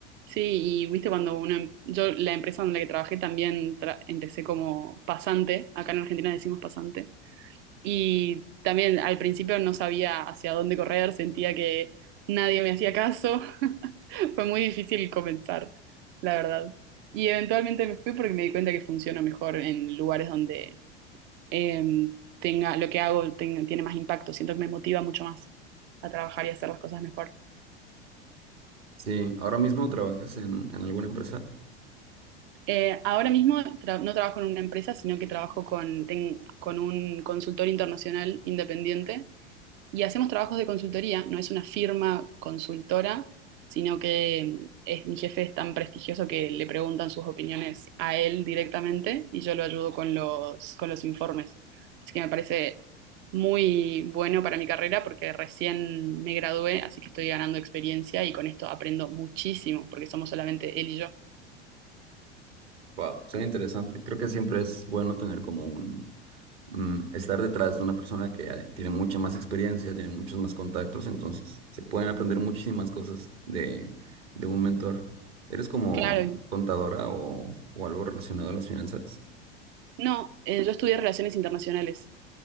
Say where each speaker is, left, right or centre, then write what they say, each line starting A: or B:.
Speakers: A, on the right (about 35°); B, on the right (about 65°).
A: sí, y viste cuando uno, em- yo la empresa donde que trabajé también tra- empecé como pasante, acá en Argentina decimos pasante, y también al principio no sabía hacia dónde correr, sentía que nadie me hacía caso, <laughs> fue muy difícil comenzar, la verdad. Y eventualmente me fui porque me di cuenta que funciona mejor en lugares donde em, tenga, lo que hago tenga- tiene más impacto, siento que me motiva mucho más a trabajar y hacer las cosas mejor.
B: Sí, ahora mismo trabajas en, en alguna empresa.
A: Eh, ahora mismo tra- no trabajo en una empresa, sino que trabajo con, ten- con un consultor internacional independiente y hacemos trabajos de consultoría. No es una firma consultora, sino que mm, es, mi jefe es tan prestigioso que le preguntan sus opiniones a él directamente y yo lo ayudo con los, con los informes. Así que me parece muy bueno para mi carrera porque recién me gradué, así que estoy ganando experiencia y con esto aprendo muchísimo porque somos solamente él y yo.
B: Wow, suena interesante. Creo que siempre es bueno tener como un, mm, estar detrás de una persona que eh, tiene mucha más experiencia, tiene muchos más contactos, entonces se pueden aprender muchísimas cosas de, de un mentor. ¿Eres como
A: Claro,
B: contadora o, o algo relacionado a las finanzas?
A: No, eh, yo estudié Relaciones Internacionales